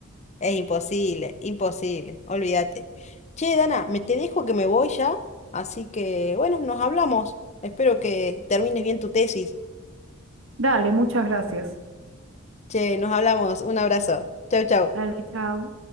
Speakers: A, on the left (about 35°); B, on the right (about 70°).
A: Es imposible, imposible, olvídate. Che, Dana, me te dejo que me voy ya, así que bueno, nos hablamos. Espero que termines bien tu tesis.
B: Dale, muchas gracias.
A: Che, nos hablamos. Un abrazo. Chau, chau.
B: Dale, chao.